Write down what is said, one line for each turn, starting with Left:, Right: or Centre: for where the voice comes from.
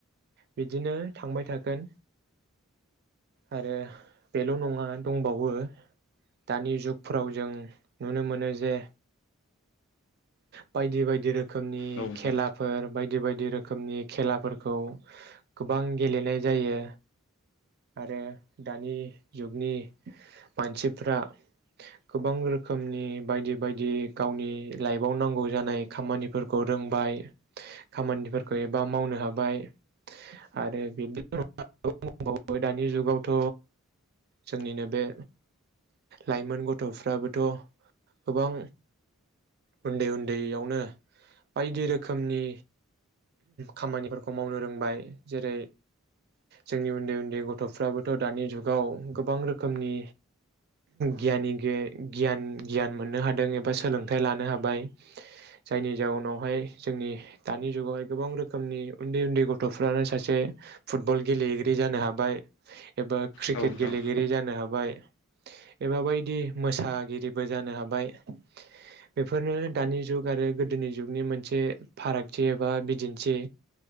Right: बिदिनो थांबाय थागोन आरो बेल' नङा दंबावो दानि जुगफ्राव जों नुनो मोनो जे बायदि बायदि रोखोम रोखोमनि
Left: औ नोंथां
Right: खेलाफोर बायदि बायदि रोखोम रोखोमनि खेलाफोरखौ गोबां गेलेनाय जायो आरो दानि जुगनि मानसिफ्रा गोबां रोखोमनि बायदि बायदि गावनि लाइफआव नांगौ जानाय खामानिफोरखौ रोंबाय खामानिफोरखौ एबा मावनो हाबाय। आरो बिब्दिबावबाय दानि जुगावथ' जोंनिनो बे लाइमोन गथ'फ्राबोथ' गोबां उन्दै उन्दैयावनो बायदि रोखोमनि खामानिफोरखौ मावनो रोंबाय जेरै जोंनि उन्दै उन्दै गथ'फ्राबोथ' दानि जुगाव गोबां रोखोमनि गियानि गे गियान गियान मोननो हादों एबा सोलोंथाइ लानो हाबाय जायनि जाउनावहाय जोंनि दानि जुगावहाय गोबां रोखोमनि उन्दै उन्दै गथ'फ्रानो सासे फुटबल गेलेगिरि जानो हाबाय। एबा क्रिकेट
Left: औ नोंथां
Right: गेलेगिरि जानो हाबाय एबा बायदि मोसागिरिबो जानो हाबाय बेफोरनो दानि जुग आरो गोदोनि जुगनि मोनसे फारागथि एबा दिन्थि